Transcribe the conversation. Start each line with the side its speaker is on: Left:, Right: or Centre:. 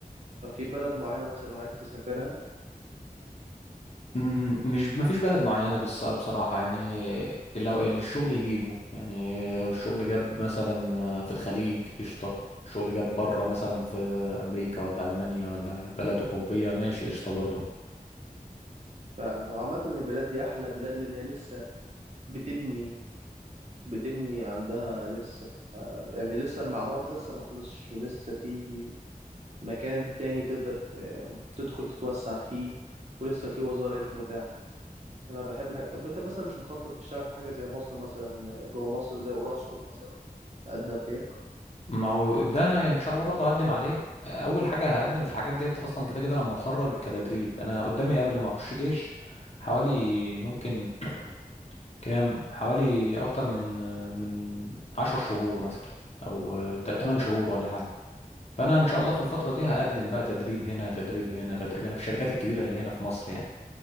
Right: ففي بلد معينة مثلا عايز تسافرها
Left: أمم، مش ما فيش بلد معينه بص بصراحه يعني لو اللي الشغل يجيبه يعني لو الشغل جاب مثلا في الخليج قشطه الشغل جاب بره مثلا في امريكا ولا المانيا ولا بلد اوروبيه ماشي قشطه برضه
Right: فعلا وعامة البلاد دي أحلى بلاد لأن هي لسه بتبني بتبني عندها لسه آه، يعني لسه المعمار لسه ما خلصش ولسه في مكان تاني تقدر آه، تدخل تتوسع فيه ولسه في وظائف متاحة انا بحب الح... طب انت مثلا مش مخطط تشتغل في حاجه زي مصر مثلا جوه مصر زي اوراسكوم مثلا تقدم فيها
Left: ما هو ده انا ان شاء الله برضه هقدم عليه اول حاجه هقدم في الحاجات ديت اصلا كده كده لما اتخرج كتدريب انا قدامي قبل ما اخش جيش حوالي ممكن كام حوالي اكتر من من عشر شهور مثلا او تا- تمن شهور ولا حاجه فانا ان شاء الله في الفتره دي هقدم بقى تدريب هنا تدريب هنا تدريب هنا في الشركات الكبيره اللي هنا في مصر يعني